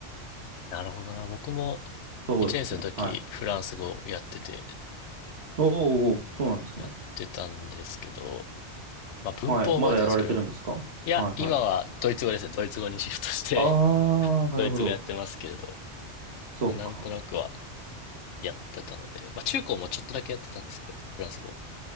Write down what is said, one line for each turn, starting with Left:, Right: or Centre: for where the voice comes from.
Left: なるほどな。僕も
Right: そうですね。
Left: 1年生の時、
Right: はい。
Left: フランス語やってて、
Right: おーおー、おーそうなんですね。
Left: やってたんですけど、まあ文法は覚えてるんですけど、
Right: はい。まだやられてるんですかはいはい。
Left: いや、今はドイツ語ですね。ドイツ語にシフトして
Right: ああ、
Left: <laughs>、
Right: なるほど。
Left: ドイツ語やってますけれど、
Right: そうか。
Left: まあなんとなくはやってたので、まあ中高もちょっとだけやってたんですけど、フランス語。